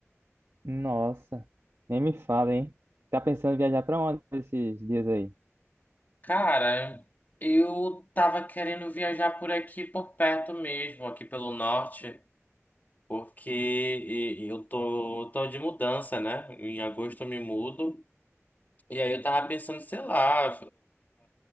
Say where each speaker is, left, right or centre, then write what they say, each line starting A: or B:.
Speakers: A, on the right (about 70°); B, on the left (about 40°).
A: Nossa, nem me fala, hein? Tá pensando em viajar pra onde esses dias aí?
B: Cara, eu tava querendo viajar por aqui, por perto mesmo, aqui pelo norte, porque e- e eu tô, tô de mudança, né? Em agosto eu me mudo. E aí eu tava pensando, sei lá,